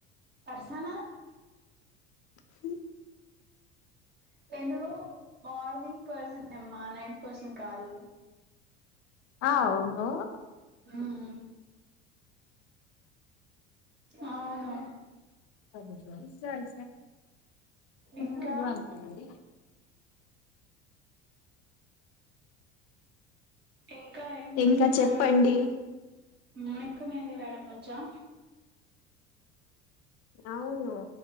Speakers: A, on the right; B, on the left.
A: పర్సనా.
B: ఉమ్.
A: నేను మార్నింగ్ పర్సన్యేమ్మా నైట్ పర్సన్ కాదు.
B: అవును.
A: ఉమ్ అవును.
B: ఇప్పుడు
A: ఇంకా
B: నువ్వా అంటుంది.
A: ఇంకా ఏం చేస్తున్నారు.
B: ఇంకా చెప్పండి
A: మిలేక్కు మేడం వచ్చా.
B: అవును